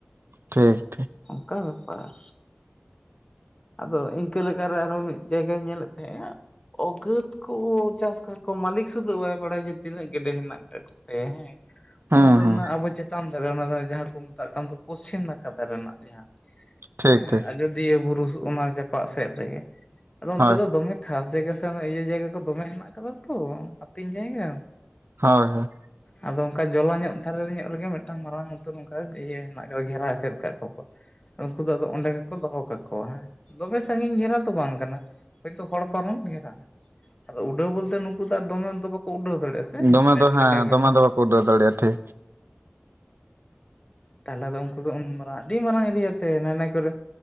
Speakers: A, on the right; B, on the left.
A: ᱴᱷᱤᱠ ᱴᱷᱤᱠ
B: ᱚᱱᱠᱟ ᱵᱮᱯᱟᱨ ᱟᱫᱚ ᱤᱱᱠᱟᱹ ᱞᱮᱠᱟᱨᱮ ᱟᱨᱦᱚᱸ ᱢᱤᱫ ᱡᱟᱭᱜᱟᱧ ᱧᱮᱞᱮᱫ ᱛᱟᱦᱮᱸᱜ-ᱟ ᱚᱜᱟᱛ ᱠᱚ ᱪᱟᱥ ᱠᱟᱠᱚ ᱠᱚ ᱢᱟᱹᱞᱤᱠ ᱥᱩᱫᱷᱩ ᱵᱟᱭ ᱵᱟᱲᱟᱭᱟ ᱡᱮ ᱛᱤᱱᱟᱹᱜ ᱜᱮᱰᱮ ᱦᱮᱱᱟᱜ ᱠᱟᱫ ᱠᱚ ᱥᱮ ᱦᱮᱸ
A: ᱦᱩᱸ
B: ᱚᱱᱟ ᱠᱚ
A: ᱦᱩᱸ
B: ᱨᱮᱱᱟᱜ ᱟᱵᱚ ᱪᱮᱛᱟᱱ ᱫᱟᱨᱮ ᱚᱱᱟ ᱫᱚ ᱡᱟᱦᱟᱸ ᱠᱚ ᱢᱮᱛᱟᱜ ᱠᱟᱱ ᱫᱚ ᱯᱚᱪᱷᱤᱢ ᱱᱟᱠᱷᱟ ᱫᱟᱨᱮ ᱨᱮᱱᱟᱜ ᱡᱟᱦᱟᱸ
A: ᱴᱷᱤᱠ
B: ᱦᱮᱸ
A: ᱴᱷᱤᱠ
B: ᱟᱡᱚᱫᱤᱭᱟᱹ ᱵᱩᱨᱩ ᱚᱱᱟ ᱡᱟᱯᱟᱜ ᱥᱮᱫ ᱨᱮᱜᱮ ᱟᱫᱚ ᱚᱱᱛᱮ
A: ᱦᱳᱭ
B: ᱫᱚ ᱫᱚᱢᱮ ᱠᱷᱟᱥ ᱡᱟᱭᱜᱟ ᱥᱮ ᱚᱱᱮ ᱤᱭᱟᱹ ᱡᱟᱭᱜᱟ ᱠᱚ ᱫᱚᱢᱮ ᱦᱮᱱᱟᱜ ᱟᱠᱟᱫᱟ ᱛᱚ ᱟᱹᱛᱤᱧ ᱡᱟᱭᱜᱟ
A: ᱦᱳᱭ ᱦᱳᱭ
B: ᱟᱫᱚ ᱚᱱᱠᱟ ᱡᱚᱞᱟ ᱧᱚᱜ ᱫᱷᱟᱨᱮ ᱧᱚᱜ ᱨᱮᱜᱮ ᱢᱤᱫᱴᱟᱝ ᱢᱟᱨᱟᱝ ᱩᱛᱟᱹᱨ ᱚᱱᱠᱟ ᱤᱭᱟᱹ ᱦᱮᱱᱟᱜ ᱠᱟᱫᱟ ᱜᱷᱮᱨᱟ ᱮᱥᱮᱫ ᱟᱠᱟᱫ ᱠᱚᱣᱟ ᱠᱚ᱾ ᱩᱱᱠᱩ ᱫᱚ ᱟᱫᱚ ᱚᱸᱰᱮ ᱜᱮᱠᱚ ᱫᱚᱦᱚ ᱠᱟᱠᱚᱣᱟ ᱦᱮᱸ ᱫᱚᱢᱮ ᱥᱟᱺᱜᱤᱧ ᱜᱷᱮᱨᱟ ᱫᱚ ᱵᱟᱝ ᱠᱟᱱᱟ᱾ ᱦᱳᱭᱛᱳ ᱦᱚᱲ ᱯᱟᱨᱚᱢ ᱜᱷᱮᱨᱟ ᱟᱫᱚ ᱩᱰᱟᱹᱣ ᱵᱚᱞᱛᱮ ᱱᱩᱠᱩ ᱫᱚ ᱟᱨ ᱫᱚᱢᱮ ᱫᱚ ᱵᱟᱠᱚ ᱩᱰᱟᱹᱣ ᱫᱟᱲᱮᱭᱟᱜ
A: ᱫᱚᱢᱮ
B: ᱢᱮᱴ
A: ᱫᱚ ᱦᱮᱸ
B: ᱞᱮᱠᱟ ᱜᱮᱨᱟ
A: ᱫᱚᱢᱮ ᱫᱚ ᱵᱟᱠᱚ ᱩᱰᱟᱹᱣ ᱫᱟᱲᱮᱭᱟᱜᱼᱟ ᱴᱷᱤᱠ
B: ᱛᱟᱦᱚᱞᱮ ᱫᱚ ᱩᱱᱠᱩ ᱫᱚ ᱩᱱ ᱢᱟᱨᱟᱝ ᱟᱹᱰᱤ ᱢᱟᱨᱟᱝ ᱤᱨᱤᱭᱟᱛᱮ ᱱᱟᱱᱟ ᱠᱚᱨᱮ